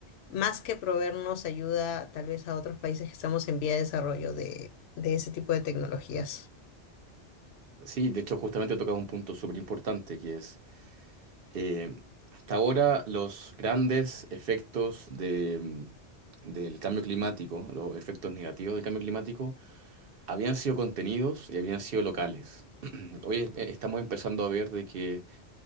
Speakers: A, on the left (about 70°); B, on the right (about 60°).
A: más que proveernos ayuda tal vez a otros países que estamos en vía de desarrollo de, de ese tipo de tecnologías.
B: Sí, de hecho, justamente tocas un punto súper importante que es, eh, hasta ahora los grandes efectos de, del cambio climático, los efectos negativos del cambio climático, habían sido contenidos y habían sido locales. <clears throat> Hoy eh, estamos empezando a ver de que